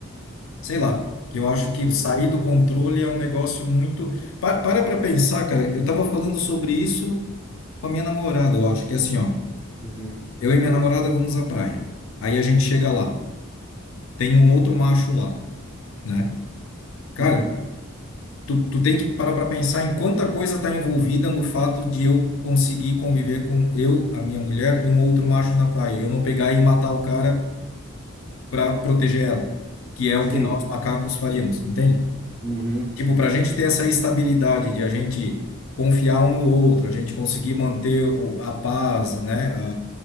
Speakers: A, on the left; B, on the right.
A: sei lá, que eu acho que
B: Uhum,
A: sair do controle é um negócio muito. Pa- Para pra pensar, cara, eu tava falando sobre isso com a minha namorada, eu acho, que é assim, ó.
B: uhum,
A: Eu e minha namorada vamos à praia. Aí a gente chega lá, tem um outro macho lá, né? Cara,
B: uhum.
A: tu, tu tem que parar para pensar em quanta coisa está envolvida no fato de eu conseguir conviver com eu, a minha mulher e um outro macho na praia. Eu não pegar e matar o cara para proteger ela, que é o
B: Sim,
A: que nós macacos faríamos, entende?
B: uhum,
A: Tipo, para a gente ter essa estabilidade de a gente confiar um no outro, a gente conseguir manter o- a paz, né,